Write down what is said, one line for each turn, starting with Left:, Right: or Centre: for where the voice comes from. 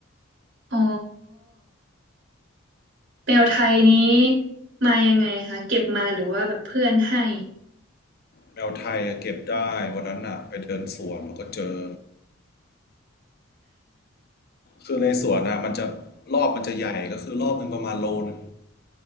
Right: อ๋อ แมวไทยนี้มายังไงคะ เก็บมาหรือว่าแบบเพื่อนให้
Left: แมวไทยเก็บได้วันนั้นอะไปเดินสวนมันก็เจอคือในสวนอะมันจะรอบมันจะใหญ่ก็คือรอบหนึ่งประมาณโลนึง